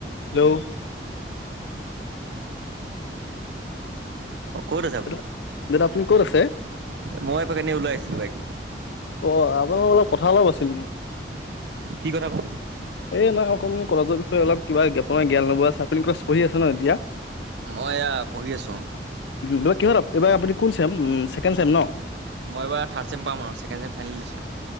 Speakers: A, on the left; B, on the right.
A: Hello!
B: অ', ক'ত আছে আপুনি?
A: দাদা দাদা আপুনি ক'ত আছে?
B: মই এপাক এনে ওলাই আহিছিলোঁ বাইক
A: অ', <unintelligible> অলপ কথা অলপ আছিল মোৰ।
B: কি কথা বা?
A: এই নাই অকণ কলেজৰ বিষয়ে অলপ কিবা জ্ঞাপন জ্ঞান ল'ব আছে, আপুনি কলেজ পঢ়ি আছে ন' এতিয়া?
B: মই এয়া পঢ়ি আছোঁ অ'।
A: এইবাৰ কিহত এইবাৰ আপুনি কোন ছেম, ছেকেণ্ড চেম ন?
B: মই এইবাৰ থাৰ্ড চেম পাম আৰু ছেকেণ্ড চেম ফাইনেল দিছো।